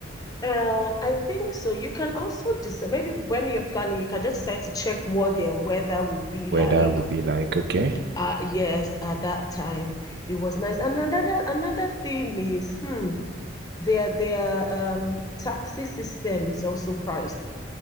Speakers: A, on the left; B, on the right.
A: Uh, I think so. You can also decide, maybe when you're planning, you can just decide to check what their weather will be
B: whether
A: like.
B: I will be like, okay,
A: Uh, yes, at that time it was nice. And another another thing is, hmm, their their um taxi system is also pricey.